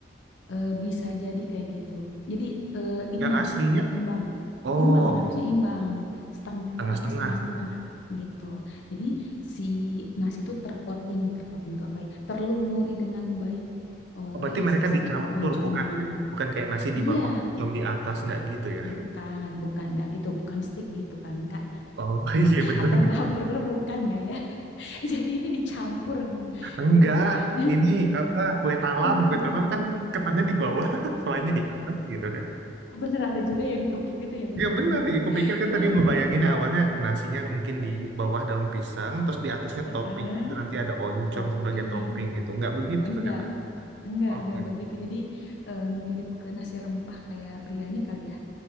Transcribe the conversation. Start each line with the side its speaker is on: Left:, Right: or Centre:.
Left: Eh, bisa jadi kayak gitu. Jadi eh, imbang
Right: Yang aslinya,
Left: Kak, imbang.
Right: oh,
Left: Imbang harusnya imbang. Seteng
Right: tengah-setengah
Left: apa setengah-setengah
Right: gitu.
Left: gitu. Jadi si nasi itu tercoating, tercoating itu apa ya? Terlumuri dengan baik oleh
Right: Oh, berarti mereka
Left: si sambal
Right: dicampur,
Left: oncomnya.
Right: bukan bukan kayak nasi di
Left: Iya,
Right: bawah, oncom di atas, nggak gitu ya?
Left: bukan, bukan nggak gitu, bukan stick gitu kan Kak?
Right: Oh, <laughs> iya bener.
Left: Atau nggak hamburger bukan nggak ya? <laughs> Jadi ini dicampur nah,
Right: Enggak,
Left: gitu. <laughs>
Right: ini apa, kue talam.
Left: Heeh.
Right: Kue talam kan ketannya di bawah, <laughs> selainya di atas gitu kan.
Left: Bener ada juga yang ditumbuk gitu ya, bener-bener.
Right: Ya bener, ya kupikir kan tadi
Left: Eh,
Right: ngebayangin
Left: Bener.
Right: awalnya nasinya mungkin
Left: Eh,
Right: di bawah daun pisang, terus di atasnya
Left: eh,
Right: topping
Left: eh,
Right: itu nanti ada oncom
Left: Topping.
Right: sebagai topping gitu. Nggak begitu
Left: Enggak,
Right: ternyata.
Left: enggak,
Right: Oh
Left: enggak
Right: gitu.
Left: begitu. Jadi eh, mirip ke nasi rempah kayak biryani kali ya.